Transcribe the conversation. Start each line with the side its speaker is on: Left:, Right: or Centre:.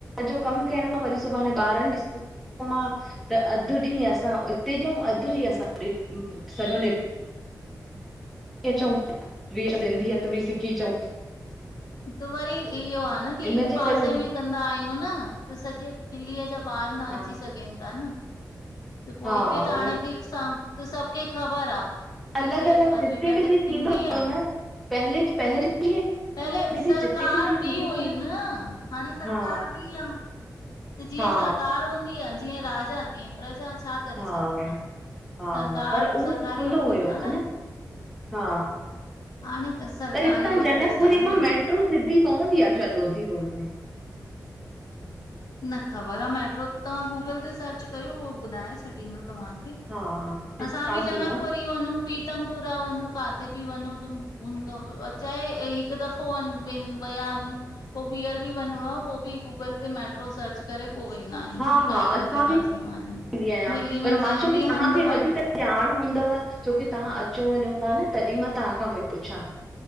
Centre: सॼो कमु थियण खां वरी सुभाणे ॿारनि ॾी त अधु ॾींहुं असां इते ॾऊं अधु ॾींहुं असां वरी सभ निप थी अचु ॿी सिंधियत बि सिखी अचूं।
Left: त वरी इहो आ न की हिक
Centre: इनजे
Left: पासे
Centre: करे
Left: में कंदा आहियूं न त सॼे दिल्लीअ जा ॿार न
Centre: हा
Left: अची सघनि था न त पो
Centre: हा
Left: हिते त
Centre: उहो
Left: हाणे फिक्स आ। त सभ के ख़बर आ। की
Centre: अलॻि
Left: हिते
Centre: अलॻि
Left: अदबी
Centre: जिते
Left: बैठक
Centre: किथे
Left: थींदी
Centre: थींदो
Left: आ।
Centre: न पहले पहिरीं जीअं
Left: पहले
Centre: दीदी
Left: सरकार
Centre: जिते किथे
Left: बि
Centre: थींदो
Left: हुई
Centre: हो
Left: न हाणे सरकार
Centre: हा
Left: बि आ। त जीअं
Centre: हा
Left: सरकार हूंदी आ जीअं राजा तीअं प्रजा छा करे
Centre: हा
Left: सघूं था।
Centre: हा
Left: सरकार
Centre: पर उहो
Left: सरकारी
Centre: खुलो
Left: ऑफिस
Centre: हुयो
Left: आ
Centre: हा न? हा
Left: हाणे सरकारी
Centre: त हितां
Left: ऑफिस
Centre: जनकपुरी
Left: आहे।
Centre: मा मेट्रो सिधी पवंदी आ छा लोधी रोड में?
Left: न ख़बर आ मैट्रो, तव्हां गूगल ते सर्च कयो उहो ॿुधाए छॾींदो तव्हांखे।
Centre: हा ॾिसां
Left: असां बि जनकपुरी
Centre: थी मां
Left: पुरी वनू प्रीतम पुरा वनू काथे बि वनू तु उन अचे ऐही हिक दफ़ो व विया आयूं पो ॿीहर बि वञणो आ पो बि गूगल ते मेट्रो सर्च करे पो वेंदा आहियूं
Centre: हा
Left: की काई
Centre: हा
Left: ग़लती
Centre: असां बि
Left: न थी वञे
Centre: ईंदी आहियां
Left: दिल्ली
Centre: पर
Left: में
Centre: मां
Left: जंहिं
Centre: चयो
Left: बि
Centre: की तव्हांखे
Left: हंधि वञ
Centre: वधीक
Left: त
Centre: ॼाण हूंदव छोकी तव्हां अचो वञो था न तॾहिं मा तव्हांखां पई पुछां।